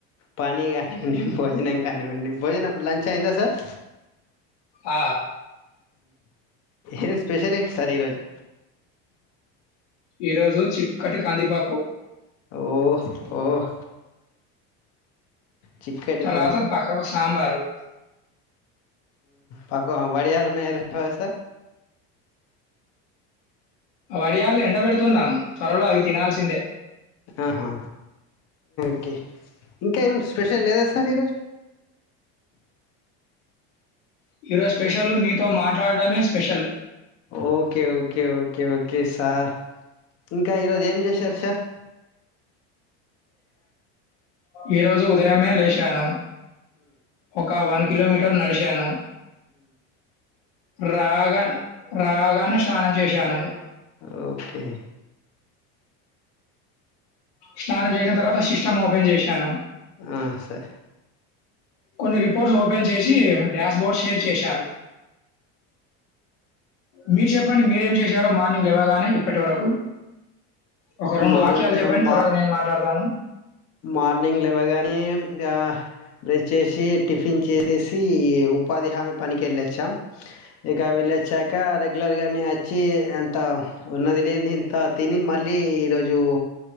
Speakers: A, on the left; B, on the left.
A: పని కానివ్వండి భోజనం కానివ్వండి భోజనం లంచ్ అయిందా సార్
B: ఆ
A: ఏం స్పెషల్ ఎంటి సార్ ఈరోజు
B: ఈరోజు చికటి కందిపాపు
A: ఓహ ఓహ చక్కట్టి
B: తర్వాత
A: ప
B: పక్కకు సాంబారు
A: పాకు వడియాలు ఉన్నాయా లేవా సార్
B: వడియాలు ఎండ పెడుతున్నాం త్వరలో అవి తినాల్సిందే
A: ఆహా ఓకే ఇంకా ఏంస్ స్పెషల్ లేదా సార్
B: ఉమ్.
A: ఈరోజు
B: ఈరోజు స్పెషల్ మీతో మాట్లాడమే special
A: okay okay okay okay okay sir ఇంకా ఈరోజు ఏం చేసి సర సార్
B: ఈ రోజు ఉదయమే లేచాను ఒకకావనికి కిలోమీటర్ నడిచాను రాగా రాగాన్ని స్నానం చేశాను
A: ఓకే
B: స్నానం చేసిన తర్వాత సిస్టమ్ ఓపెన్ చేశాను
A: ఆ సే
B: కొన్ని రిపోర్ట్స్ ఓపెన్ చేసి డాష్ బోర్డ్ షేర్ చేశాను మీరు చెప్పండి మీరేం చేశారో మా లేవగానే ఇప్పటి వరకు ఒక రెండు
A: మా
B: వాక్యాలు చెప్పండి
A: మా
B: తర్వాత నేను మాట్లాడతాను
A: మార్నింగ్ లేవగానే ఆ బ్రష్ చేసి టిఫిన్ చేసేసి ఉపాధి హామీ పనికి వెళ్ళొచ్చాం ఇక వెళ్ళొచ్చాక రెగ్యులర్గానే అచ్చి అంత ఉన్నది లేనిది ఇంత తిని మళ్ళీ ఈరోజు